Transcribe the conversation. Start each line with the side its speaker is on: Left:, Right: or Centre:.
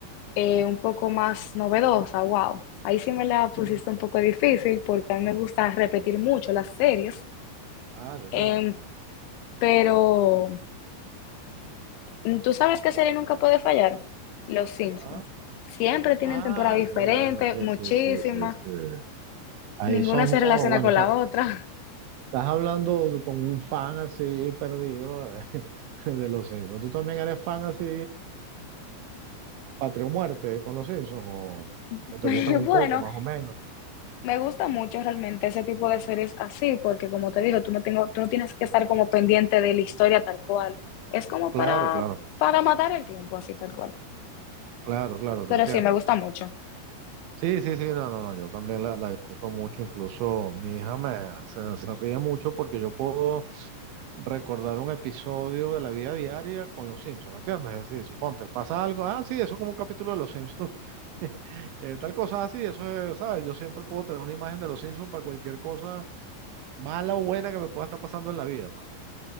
Left: eh, un poco más novedosa, wow, ahí sí me la pusiste
Right: Mm.
Left: un poco difícil porque a mí me gusta repetir mucho las series,
Right: Ah, te entiendo.
Left: Em, pero mm, tú sabes qué serie nunca puede fallar, Los Simpsons.
Right: Ah,
Left: Siempre tienen
Right: ah,
Left: temporada diferente,
Right: sí, bueno, sí,
Left: muchísimas.
Right: sí, sí, sí, sí. Ahí
Left: ninguna
Right: somos,
Left: se relaciona
Right: bueno,
Left: con
Right: ta-
Left: la otra.
Right: estás hablando con un fan así perdido de, <laughs> de los Simpsons. Tú también eres fan así. Patria o muerte con los Simpsons o,
Left: <laughs>
Right: o te
Left: Y
Right: gustan un
Left: bueno,
Right: poco, más o menos.
Left: me gusta mucho realmente ese tipo de series así, porque como te digo, tú no tengo, tú no tienes que estar como pendiente de la historia tal cual. Es como
Right: Claro,
Left: para,
Right: claro,
Left: para matar el tiempo así tal cual.
Right: claro, claro, te
Left: Pero
Right: entiendo.
Left: sí, me gusta mucho.
Right: Sí, sí, sí, no, no, no, yo también la, la disfruto mucho, incluso mi hija me, se, se ríe mucho porque yo puedo recordar un episodio de la vida diaria con los Simpsons, ¿entiendes? Es decir, suponte, pasa algo, ah, sí, eso es como un capítulo de los Simpsons, <laughs> Eh, tal cosa así, eso es, ¿sabes? Yo siempre puedo tener una imagen de los Simpsons para cualquier cosa mala o buena que me pueda estar pasando en la vida, pues.